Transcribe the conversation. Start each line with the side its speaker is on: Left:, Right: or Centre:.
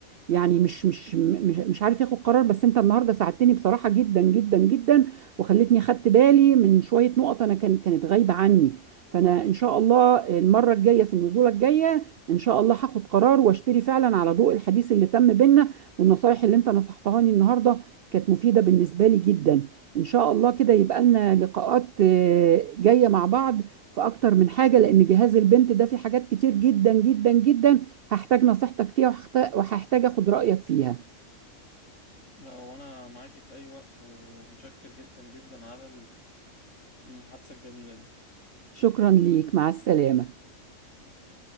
Right: يعني مش مش مش مش عارف ياخد قرار بس انت النهارده ساعدتني بصراحه جدا جدا جدا وخلتني خدت بالي من شويه نقط انا كان كانت غايبه عني فانا ان شاء الله المره الجايه في النزوله الجايه ان شاء الله هاخد قرار واشتري فعلا على ضوء الحديث اللي تم بينا والنصايح اللي انت نصحتهاني النهارده كانت مفيده بالنسبه لي جدا ان شاء الله كده يبقى لنا لقاءات آه، جايه مع بعض في اكتر من حاجه لان جهاز البنت ده في حاجات كتير جدا جدا جدا هحتاج نصيحتك فيها وهحت- وهحتاج اخد رأيك فيها
Left: لا وانا معاكي في اي وقت ومتشكر جدا جدا على المحادثة الجميلة
Right: شكرا ليك مع السلامة
Left: دي